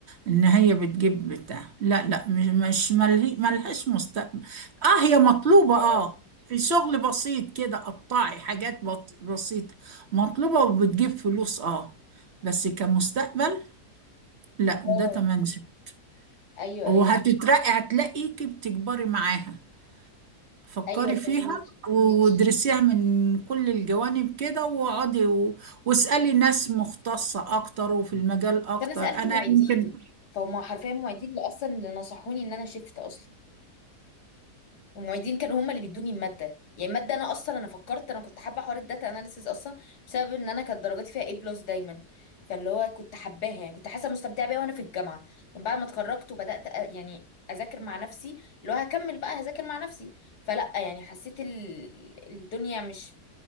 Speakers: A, on the right; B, on the left.
A: ان هي بتجيب بتاع لا لا مش مش مله- ملهاش مستقبل اه هي مطلوبة
B: اه
A: اه في شغل بسيط كده قطعي حاجات بط- بسيطة مطلوبة وبتجيب فلوس اه بس كمستقبل لا
B: اه
A: داتا
B: آه،
A: مانجمنت
B: ايوه
A: وهتترقي
B: ايوه
A: هتلاقيكي بتكبري معاها فكري
B: ايوه
A: فيها
B: فهماكي
A: وادرسيها من كل الجوانب كده واقعدي و- واسألي ناس مختصة اكتر وفي المجال اكتر
B: فانا سالت
A: انا
B: معيدين
A: يمكن
B: فهم حرفيا معيدين اللي اصلا اللي نصحوني ان انا شفت اصلا والمعيدين كانوا هم اللي بيدوني الماده يعني الماده انا اصلا انا فكرت انا كنت حابه حوار الداتا اناليسيز اصلا بسبب ان انا كانت درجاتي فيها A بلس دايما فاللي هو كنت حباها يعني كنت حاسه مستمتعه بيها وانا في الجامعه لكن بعد ما اتخرجت وبدات أ- يعني اذاكر مع نفسي اللي هو هكمل بقى هذاكر مع نفسي فلا يعني حسيت ال- الدنيا مش